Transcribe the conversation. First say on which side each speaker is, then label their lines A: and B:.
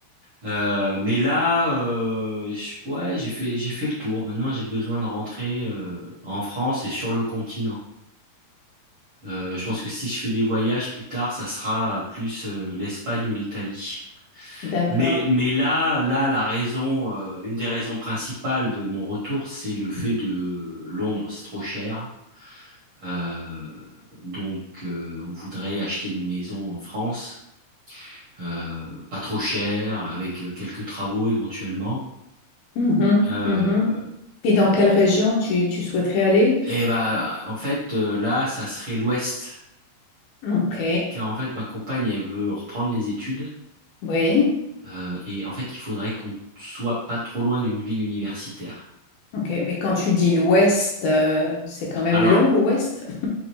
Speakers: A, on the right; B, on the left.
A: Euh, mais là, euh, je- ouais, j'ai fait, j'ai fait le tour. Maintenant, j'ai besoin de rentrer euh, en France et sur le continent. Euh, je pense que si je fais des voyages plus tard, ça sera euh, plus euh, l'Espagne ou l'Italie.
B: d'accord.
A: Mais, mais là, là, la raison, euh, une des raisons principales de mon retour, c'est le fait de Londres, c'est trop cher. Euh, donc, euh, on voudrait acheter une maison en France, euh, pas trop cher, avec euh, quelques travaux éventuellement.
B: Mhm,
A: Euh,
B: mhm. Et dans quelle région tu, tu souhaiterais aller?
A: Et bah en fait euh, là ça serait l'ouest
B: Ok,
A: car en fait ma compagne elle veut reprendre les études
B: oui.
A: euh, et en fait il faudrait qu'on soit pas trop loin d'une ville universitaire.
B: Ok, mais quand tu dis l'ouest, euh, c'est quand même
A: Alors
B: long l'ouest?